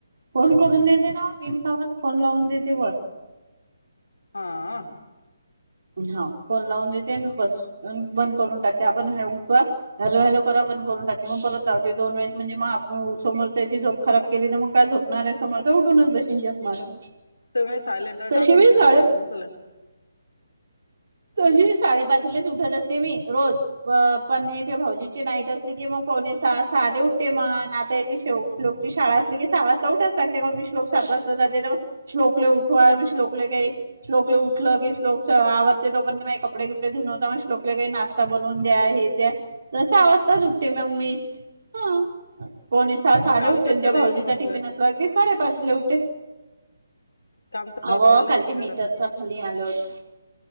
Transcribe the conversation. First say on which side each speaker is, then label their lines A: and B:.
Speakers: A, on the right; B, on the left.
A: फोन करून देते ना मीन सामान फोन लावून देते व.
B: हा.
A: हा फोन लावून देते बस बंद करून टाके आपण हे उठवा हलो हलो करा. ण करून खाते मग परत लावते दोन वेळेस म्हणज मग आप समोर त्याची झोप खराब केली मग काय झोपणार आहे समोर. तेवडूनच बसन जप मारून.
B: तुम्ही सायलेंटवर
A: तशी
B: टाकून
A: बी
B: ठेवून
A: साडे
B: दयेतो उकल.
A: <unintelligible> तशी साडेपाचलेच उठत असते, मी रोज पण हे भाऊजींची नाईट असली कि मग. ले उठते मण आताोकची शाळा असली की सहा वाजता उठच लागतेण शोलोक साज. तर मग श्लोकले उठवा श्लोकले काही स््लोकले उठलं की स्लोक. आवडते तो पर्ंत मा कपडे कपडे धुनवता म लोकले काही नाश्ता बनवून द्या हे द्या तसंव. ता चुटे म म्मी हा. कोणी स सहाले
B: काल
A: उठे
B: कशाला
A: त्या भाऊजीचा
B: येऊन बसलत
A: टिफिन असला की साडेपाच ला उठते.
B: काम चालू
A: हवं
B: झालं
A: काल
B: की नाही
A: ते
B: घरात
A: मीटरचा खाली आलं होतं.